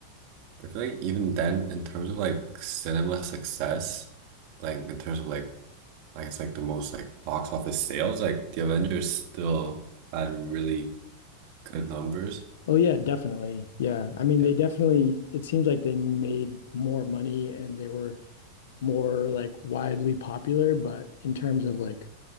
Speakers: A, on the right; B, on the left.
A: I feel like even then, in terms of like cinema success, like in terms of like I guess like the most like box office sales, like the Avengers still had really good numbers.
B: Oh yeah, definitely. Yeah. I mean,
A: Yeah.
B: they definitely it seems like they made more money and they were more like widely popular, but in terms of like